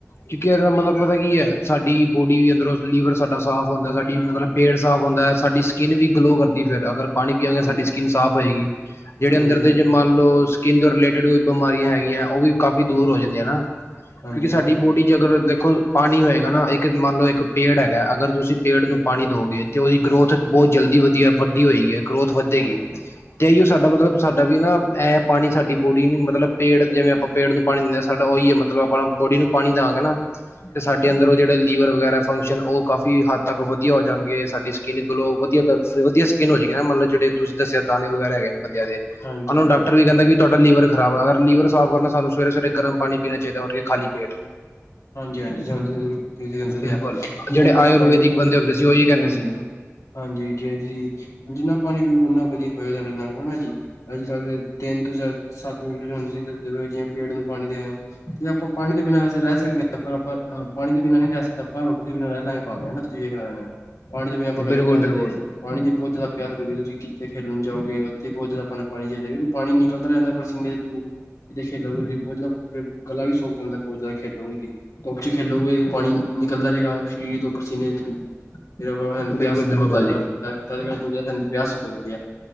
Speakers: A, on the left; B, on the left.
A: ਕਿਉਂਕਿ, ਇਦਾਂ ਮਤਲਬ ਪਤਾ ਕੀ ਹੈ। ਸਾਡੀ ਬੋਡੀ ਵੀ ਅੰਦਰੋਂ ਲੀਵਰ ਸਾਡਾ ਸਾਫ਼ ਹੁੰਦਾ ਸਾਡੀ ਮਤਲਬ ਪੇਟ ਸਾਫ਼ ਹੁੰਦਾ ਸਾਡੀ ਸਕਿੰਨ ਵੀ ਗਲੋਅ ਕਰਦੀ, ਦੀ ਫਿਰ ਅਗਰ ਪਾਣੀ ਪੀਆਗੇ ਸਾਡੀ
B: ਹਾਂਜੀ
A: ਸਕਿੰਨ ਸਾਫ਼ ਹੋਏਗੀ
B: ਹਾਂਜੀ
A: ਜਿਹੜੇ ਅੰਦਰ ਦੇ
B: ਹਾਂਜੀ
A: ਮੰਨ ਲਓ, ਕੇਂਦਰ ਰਿਲੇਟਿਡ ਕੋਈ ਬਿਮਾਰੀਆਂ ਹੈਗੀਆਂ! ਉਹ ਵੀ ਕਾਫੀ
B: ਹਾਂਜੀ
A: ਦੂਰ ਹੋ, ਜਾਂਦੇ ਆ! ਨਾ
B: ਹਾਂਜੀ
A: ਕਿਉਂਕਿ ਸਾਡੀ
B: ਹਾਂਜੀ ਹਾਂਜੀ
A: ਬੋਡੀ 'ਚ, ਅਗਰ ਦੇਖੋ ਪਾਣੀ ਹੋਏਗਾ ਨਾ, ਇੱਕ ਮੰਨ ਲਓ ਇੱਕ ਪੇੜ ਹੈਗਾ ਅਗਰ ਤੁਸੀਂ ਪੇੜ ਨੂੰ, ਪਾਣੀ ਦਿਓਗੇ ਤੇ ਉਹਦੀ ਗਰੋਥ ਬਹੁਤ ਜਲਦੀ ਵਧੀਆ ਵੱਡੀ ਹੋਈ ਹੈ ਗਰੋਥ ਵੱਧੇਗੀ।
B: ਹਾਂਜੀ
A: ਤੇ ਇਹੀ ਓ ਸਾਡਾ ਮਤਲਬ ਸਾਡਾ ਵੀ ਨਾ ਇਹ ਪਾਣੀ ਸਾਡੀ ਬੋਡੀ ਨ ਮਤਲਬ ਪੇੜ ਜਿਵੇਂ ਆਪਾਂ- ਪੇੜ ਨੂੰ ਪਾਣੀ ਦਿੰਦੇ ਆ ਸਾਡਾ ਉਹੀ ਹੈ। ਮਤਲਬ ਆਪਣਾ ਬੋਡੀ ਨੂੰ ਪਾਣੀ ਦਵਾਂਗੇ ਨਾ-
B: <inaudible>
A: ਤੇ ਸਾਡੇ
B: ਹਮ
A: ਅੰਦਰ ਉਹ ਜਿਹੜੇ ਲੀਵਰ ਵਗੈਰਾ ਫੰਕਸ਼ਨ ਉਹ ਕਾਫੀ ਹੱਦ ਤੱਕ ਵਧੀਆ ਹੋ ਜਾਣਗੇ ਸਾਡੀ ਸਕਿਨ ਗਲੋ ਵਧੀਆ- ਵਧੀਆ- ਸਕਿਨ ਹੋ ਜਾਗੀ ਨਾ ਮਤਲਬ ਜਿਹੜੇ ਤੁਸੀਂ ਦੱਸਿਆ ਦਾਣੇ ਵਗੈਰਾ ਹੈਗੇ ਨੇ ਬੰਦੇ
B: ਹਾਂਜੀ
A: ਉਹ
B: ਹਾਂਜੀ ਹਾਂਜੀ
A: ਨੂੰ ਡਾਕਟਰ ਵੀ ਕਹਿਦਾ ਵੀ- ਤੁਹਾਡਾ ਲੀਵਰ ਖਰਾਬ ਅਰ ਲੀਵਰ ਸਾਫ਼ ਕਰਨਾ ਸਾਨੂੰ ਸਵੇਰੇ ਸਵੇਰੇ ਗਰਮ ਪਾਣੀ ਪੀਣਾ ਚਾਹੀਦਾ ਉਠ ਕੇ ਖਾਲੀ ਪੇਟ-
B: ਹਾਂਜੀ- ਹਾਂਜੀ <unintelligible>
A: ਬਿਲਕੁਲ
B: ਜਿੰਨਾ
A: ਜਿਹੜੇ
B: ਤੁਸੀਂ
A: ਆਯੁਰਵੈਦਿਕ
B: ਪਾਣੀ
A: ਬੰਦੇ ਹੁੰਦੇ ਸੀ ਉਹੀ ਕਹਿੰਦੇ
B: ਹਾਂ-
A: ਸੀ
B: ਹਾਂਜੀ ਜੇ ਤੁਸੀਂ ਜਿੰਨਾ ਪਾਣੀ ਪੀਊਗੇ ਉਨਾ ਵਧੀਆ ਹੋਇਆ ਸਾਡੇ ਨਾਲ ਹਨਾ ਜੀ- ਅੱਜ ਕੱਲ ਦੇ ਤਿੰਨ ਤੋਂ ਸੱਤ <unintelligible> ਪੇੜ ਨੂੰ ਪਾਣੀ ਦੇਣਾ - ਤੇ ਆਪਾ ਪਾਣੀ ਤੋਂ ਬਿਨਾ ਵੈਸੇ ਰਹਿ ਸਕਦੇ ਹਾਂ ਪਰ ਆਪਾ- ਪਾਣੀ ਦੇ ਬਿਨਾਂ ਨਹੀਂ ਰਹਿ ਸਕਦੇ ਆਪਾਂ ਰੋਟੀ ਦੇ ਬਿਨਾ ਰਹਿ ਲੈ ਪਾਵੇਂ ਜੇ ਰਾਣਾ ਪਾਣੀ ਤੋਂ ਬਿਨਾਂ ਆਪਾਂ ਕਦੇ
A: ਬਿਲਕੁਲ
B: ਵੀ ਨਹੀਂ ਰਹਿ
A: ਬਿਲਕੁਲ
B: ਸਕਦੇ - ਪਾਣੀ ਦੀ ਬਹੁਤ ਜਿਆਦਾ ਪਿਆਸ ਲਗਦੀ ਤੁਸੀਂ ਕਿ ਖੇਡਣ ਜਾਓਗੇ ਉਥੇ ਬਹੁਤ ਜਿਆਦਾ ਪਾਣੀ ਚਾਹੀਦਾ ਕਿਉਂਕਿ ਪਾਣੀ ਨਿਕਲਦਾ ਜਾਂਦਾ ਹੈ। ਪਸੀਨੇ ਤੋਂ <unintelligible> ਬਹੁਤ ਜਿਆਦਾ ਗਲਾ ਵੀ ਸੁੱਕ ਜਾਂਦਾ ਬਹੁਤ ਜਿਆਦਾ ਖੇਡੂਗੀ ਉੱਚ ਖੇਲੋਗੇ ਪਾਣੀ ਨਿਕਲਦਾ ਰਿਆ <unintelligible> ਪਸੀਨੇ ਤੋਂ <unintelligible> ਪਿਆਸ
A: ਬਿਲਕੁਲ ਬਿਲਕੁਲ
B: ਬਹੁਤ ਜਿਆਦਾ
A: ਭਾਜੀ
B: ਲਗਦੀ ਬਹੁਤ ਜਿਆਦਾ ਪਿਆਸ ਵੀ ਲੱਗਦੀ ਹੈ।